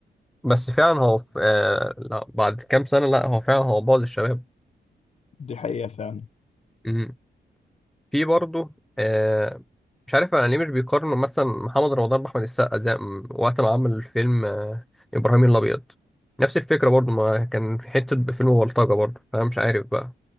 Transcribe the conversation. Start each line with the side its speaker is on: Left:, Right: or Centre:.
Centre: بس فعلا هو في آه لا بعد كام سنه لا هو فعلا هو بوظ الشباب
Left: دي حقيقه فعلا
Centre: مم. في برضه آه مش عارف انا ليه مش بيقارنوا مثلا محمد رمضان باحمد السقا زي م- وقت ما عمل فيلم آه ابراهيم الابيض نفس الفكره برضه ما كان في حته فيلم بلطجه برضه فانا مش عارف بقى